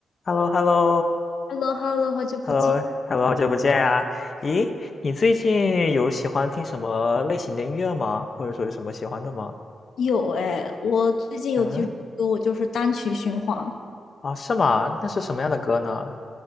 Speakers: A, on the left; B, on the left.
A: h e l l o h e l l o
B: Hello，Hello，好久不见。
A: h e l l o h e l l o 好久不见啊！咦，你最近有喜欢听什么类型的音乐吗？或者说有什么喜欢的吗？
B: 有哎，我最近有几首歌，
A: 嗯，
B: 我就是单曲循环。
A: 啊，是吗？那是什么样的歌呢？